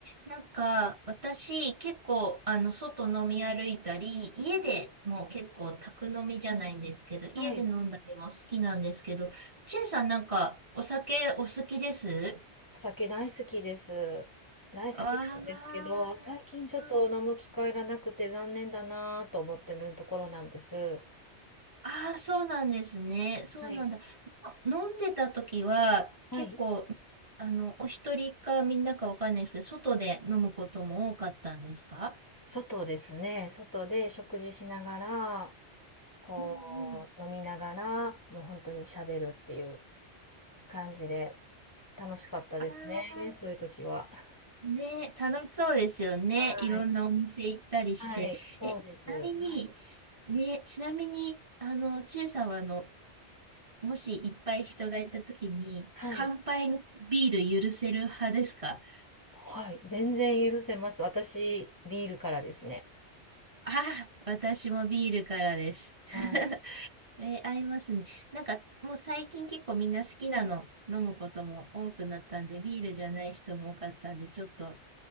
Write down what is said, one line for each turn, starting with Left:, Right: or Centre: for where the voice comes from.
Right: なんか、私、結構、あの、外飲み歩いたり、家でもう結構、宅飲みじゃないんですけど、家で飲んだりも好きなんですけど、
Left: はい。
Right: チェイさんなんか、お酒お好きです
Left: お酒大好きです。大好きなんですけど、
Right: あ
Left: 最近ちょっと飲む機会がなくて残念だなと思ってるところなんです。
Right: あうん、ああそうなんですね。そうなんだ。
Left: はい。
Right: の飲んでた時は、
Left: はい。
Right: 結構、あの、お一人かみんなかわかんないですけど、外で飲むことも多かったんですか
Left: 外ですね。外で食事しながら、こう、
Right: うんうん。
Left: 飲みながら、もう本当に喋るっていう感じで、楽しかったですね。
Right: ああ、
Left: そういう時は。
Right: ね、楽しそうですよね。
Left: はい。
Right: いろんなお店行ったりして。
Left: はい。そうです。
Right: え、ちなみに、
Left: はい。
Right: ね、ちなみに、あの、ちえさんは、あの、もしいっぱい人がいたときに、
Left: はい。
Right: 乾杯のビール許せる派ですか
Left: はい。全然許せます。私、ビールからですね。
Right: ああ、私もビールからです。<laughs>
Left: はい。
Right: えー合いますね。なんか、もう最近結構みんな好きなの飲むことも多くなったんで、ビールじゃない人も多かったんで、ちょっと